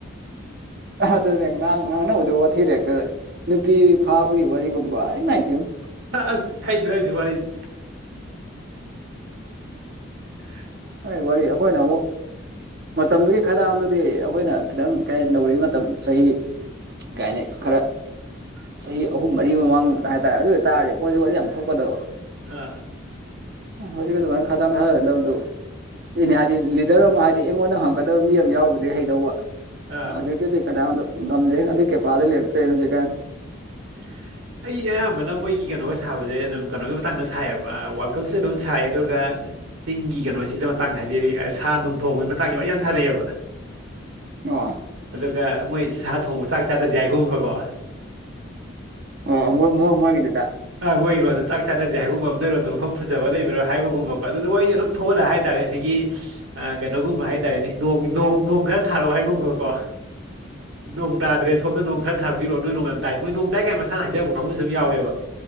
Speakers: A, on the right (about 50°); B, on the right (about 80°).
A: ꯑꯗꯨꯅꯦ ꯉꯥꯡ ꯉꯥꯡꯅꯕꯗ ꯋꯥꯊꯤꯔꯦ ꯍꯦꯛꯇꯗ ꯅꯨꯄꯤ ꯐꯥꯕꯒꯤ ꯋꯥꯔꯤꯒꯨꯝꯕ ꯑꯩ ꯃꯥꯏꯄꯦꯝꯃ
B: ꯑꯁ ꯈꯥꯏꯅꯁꯤꯦ ꯋꯥꯔꯤꯔꯤ <inaudible>
A: ꯋꯥꯔꯤ ꯋꯥꯔꯤ ꯑꯩꯈꯣꯏꯅ ꯃꯇꯝꯗꯨꯒꯤ ꯈꯔꯗꯥꯗꯨꯗꯤ ꯑꯩꯈꯣꯏꯅ ꯈꯤꯇꯪ ꯀꯩ ꯇꯧꯔꯤ ꯃꯇꯝ ꯆꯍꯤ ꯀꯥꯏꯅꯤ ꯈꯔ ꯆꯍꯤ ꯑꯍꯨꯝ ꯃꯔꯤ ꯃꯃꯥꯡꯗ ꯍꯥꯏꯇꯥꯔꯦ ꯑꯗꯨ ꯑꯣꯏꯇꯥꯥꯔꯗꯤ ꯑꯩꯈꯣꯏꯖꯤ ꯋꯥꯔꯤ ꯌꯥꯝ ꯊꯣꯛꯀꯗꯕ
B: ꯑ
A: ꯍꯧ ꯀꯗ ꯈꯥꯗ ꯊꯔꯗꯧ ꯇ ꯏꯅꯦ ꯍꯥꯏꯗꯤ ꯂꯤꯗꯔ ꯑꯃ ꯍꯥꯏꯗꯤ ꯑꯩꯉꯣꯟꯗ ꯍꯪꯉꯛꯀꯗꯕ ꯃꯤ ꯑꯃ ꯌꯥꯎꯔꯨꯕꯗꯒꯤ ꯍꯩꯗꯧꯕ
B: ꯑ
A: ꯁꯤꯗꯤꯤ ꯑꯗꯨ ꯀꯗꯥ ꯉꯝꯗꯦ ꯑꯗꯨ ꯀꯩꯄꯥꯥꯗ ꯂꯦꯞꯇ꯭ꯔꯦꯅ ꯁꯤ ꯀꯥꯏ
B: <inaudible> ꯑꯩ ꯑꯌꯥꯝꯕꯅ ꯃꯣꯏꯒꯤ ꯀꯩꯅꯣꯒ ꯁꯥꯕꯁꯦ ꯑꯗꯨꯝ ꯀꯩꯅꯣꯒꯤ ꯃꯇꯥꯡꯗ ꯁꯥꯏꯌꯦꯕ ꯋꯥꯔꯜ ꯀꯞꯁꯦ ꯑꯗꯨꯝ ꯁꯥꯏ ꯑꯗꯨꯒ ꯆꯤꯡꯒꯤ ꯀꯩꯅꯣꯁꯤꯗ ꯃꯇꯥꯡꯗ ꯍꯥꯏꯗꯤ ꯁꯥ ꯅꯨꯡ ꯊꯣꯡꯕꯒꯤ ꯃꯇꯥꯡꯗ ꯂꯣꯏ ꯌꯥꯝ ꯁꯥꯟꯅꯩꯑꯕ
A: ꯋꯥ
B: ꯃꯣꯏ ꯁꯥ ꯊꯣꯡꯕ ꯆꯥꯛ ꯆꯥꯗꯁꯏꯒꯨꯝꯕꯀꯣ
A: ꯑꯣ ꯃꯣꯏꯒꯤꯗꯨꯗ
B: ꯑ ꯑꯣꯏꯍꯤꯔ ꯑꯗꯨꯗꯣ ꯆꯥꯛ ꯆꯥꯅꯁꯦ ꯍꯥꯏꯕꯨꯝ ꯑꯃ ꯂꯩꯔꯣꯗ ꯃꯐꯝ ꯐꯖꯕ ꯂꯩꯕ꯭ꯔꯥ ꯍꯥꯏꯕꯒꯨꯝꯕꯀꯣ ꯑꯗꯨꯗ ꯋꯥꯔꯤꯗꯤ ꯑꯗꯨꯝ ꯊꯣꯛꯍꯂ ꯍꯥꯏꯇꯥꯔꯦ ꯑꯗꯒꯤ ꯑ ꯀꯩꯅꯣꯒꯨꯝꯕ ꯍꯥꯏꯇꯥꯔꯦꯅꯦ ꯅꯣꯡ ꯈꯔ ꯊꯥꯔꯛꯑꯣ ꯍꯥꯏꯒꯨꯝꯕꯀꯣ ꯅꯣꯡ ꯇꯥꯗ꯭ꯔꯦ ꯁꯣꯝꯗ ꯅꯣꯡ ꯈꯔ ꯊꯥꯕꯤꯔꯛꯑꯣ ꯅꯣꯏ ꯅꯣꯡꯉ ꯇꯥꯏ ꯀꯥꯏ ꯃꯁꯥꯅ ꯍꯥꯏꯖꯕ ꯀꯥꯡꯕꯨꯁꯨꯨꯝ ꯌꯥꯎꯋꯦꯕ